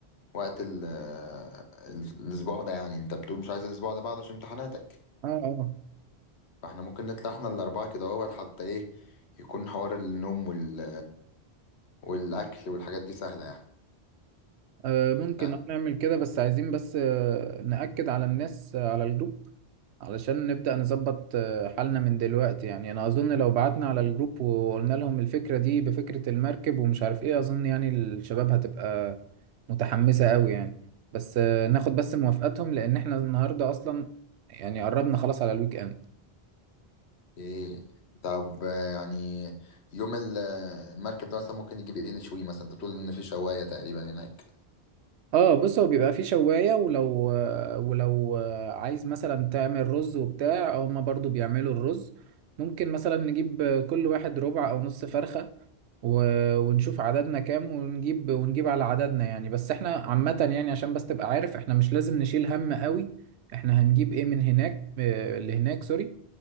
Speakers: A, on the left; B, on the right.
A: وقت ال- آه، ال- الاسبوع ده يعني انت بتقول مش عايز الاسبوع اللي بعده عشان امتحاناتك
B: اه اه
A: فاحنا ممكن نطلع احنا الأربعة كده اهوت حتى ايه يكون حوار النوم وال... والأكل والحاجات دي سهلة يعني
B: آه، ممكن
A: يعني
B: آه، نعمل كده بس عايزين بس آه، نأكد على الناس آه، على الجروب علشان نبدأ نظبط آه، حالنا من دلوقتي يعني أنا أظن لو بعتنا على الجروب وقلنا لهم الفكرة دي بفكرة المركب ومش عارف إيه أظن يعني الشباب هتبقى متحمسة قوي يعني بس آه، ناخد بس موافقتهم لأن إحنا النهاردة أصلا يعني قربنا خلاص على الويك إند
A: ايه طب آه، يعني يوم ال- المركب ده مثلا ممكن نجيب ايه نشوي مثلا انت بتقول ان في شواية تقريبا هناك
B: اه بص هو بيبقى فيه شواية ولو ولو عايز مثلا تعمل رز وبتاع هما برضو بيعملوا الرز ممكن مثلا نجيب كل واحد ربع او نص فرخة و- ونشوف عددنا كام ونجيب ونجيب على عددنا يعني بس احنا عامة يعني عشان بس تبقى عارف احنا مش لازم نشيل هم قوي احنا هنجيب ايه من هناك آه، اللي هناك سوري